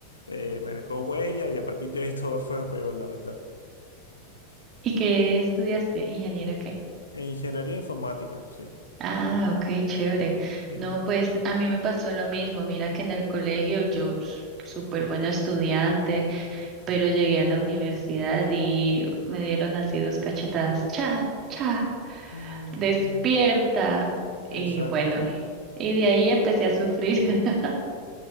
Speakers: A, on the left; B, on the right.
A: eh, me dejó huella y a partir de ahí <laughs> todo fue a peor, la verdad.
B: ¿Y qué estudiaste? ¿Ingeniero qué?
A: En ingeniería informática, sí.
B: Ah, ok, chévere.
A: <laughs>
B: No, pues a mí me pasó lo mismo. Mira que en el colegio yo s- súper buena estudiante, pero llegué a la universidad y me dieron así dos cachetadas. Cha, cha,
A: Mm,
B: despierta. Y
A: Exacto.
B: bueno, y de ahí empecé a sufrir. <laughs>